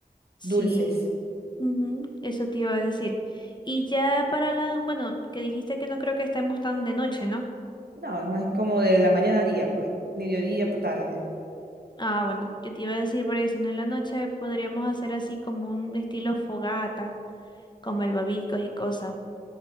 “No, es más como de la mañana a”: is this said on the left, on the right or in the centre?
Right